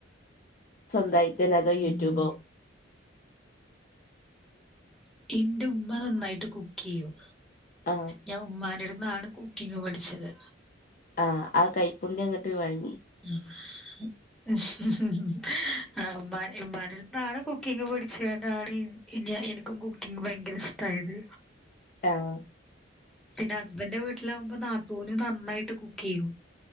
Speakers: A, on the left; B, in the centre.
A: സ്വന്തായിട്ടന്നെ അതോ,
B: ഉം
A: യൂറ്റൂബോ?
B: ഇന്റുമ്മ, നന്നായിട്ട് കുക്ക് ചെയ്യും.
A: ആഹ്
B: ഞാൻ ഉമ്മാന്റെടുത്തുന്നാണ് കുക്കിങ് പഠിച്ചത്.
A: ആ ആ കൈപ്പുണ്ണ്യങ്ങ്ട്ട് വാങ്ങി.
B: <unintelligible> ആ ഉമ്മാനെ ഇമ്മാന്റെടുത്താണ് കുക്കിങ് പഠിച്ചാണ്ടാണ് ഇൻ എനി എനിക്കും കുക്കിങ് ഭയങ്കര ഇഷ്ടായത്.
A: ആഹ്.
B: പിന്നെ ഹസ്ബന്റിന്റെ വീട്ടിൽ ആവുമ്പോൾ നാത്തുന് നന്നായിട്ട് കുക്ക് ചെയ്യും